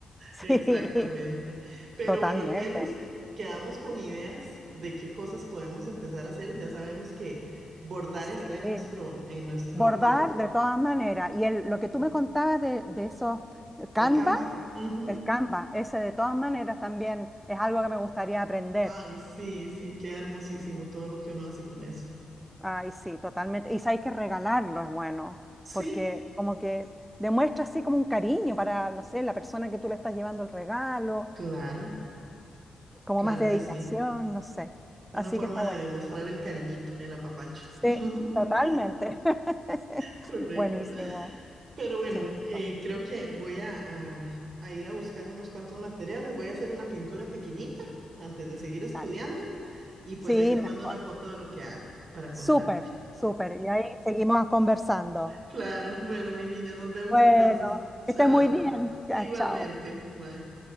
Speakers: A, in the centre; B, on the right (about 45°).
A: Sí,
B: Exactamente.
A: <laughs>
B: Pero
A: totalmente.
B: bueno, al menos quedamos con ideas de qué cosas podemos empezar a hacer. Ya sabemos que bordar
A: Sí.
B: está en nuestro, en nuestro
A: Bordar
B: bucket list.
A: de todas maneras. Y el-
B: Ujú.
A: lo que tú me contabas de, de esos Canva,
B: El Canva. ujú.
A: el Canva, ese de todas maneras también es algo que me gustaría aprender.
B: Ay, sí, sí, queda hermosísimo todo lo que uno hace con eso.
A: Ay, sí, totalmente. Y sabéis que regalarlo es bueno, porque
B: Sí,
A: como que demuestra así como un cariño para, no sé, la persona que tú le estás llevando el regalo,
B: claro,
A: como
B: claro
A: más dedicación,
B: que sí.
A: no sé.
B: Una
A: Así
B: forma
A: que está buenísimo.
B: de demostrar el cariñito, el apapacho.
A: Sí,
B: <laughs>
A: totalmente. <laughs>
B: Correcto.
A: Buenísimo.
B: Pero bueno,
A: Sí,
B: eh,
A: to-
B: creo que voy a, a- a ir a buscar unos cuantos materiales. Voy a hacer una pintura pequeñita antes de seguir estudiando
A: dale.
B: y pues
A: Sí,
B: ahí te
A: mejor.
B: mando una foto de lo que hago para
A: Súper,
B: contarte.
A: Perfecto. súper. Y ahí seguimos conversando.
B: Claro, bueno, mi niña, nos vemos
A: Bueno,
B: entonces. Chao.
A: que estés muy bien. Ya,
B: Igualmente.
A: chao.
B: Bye.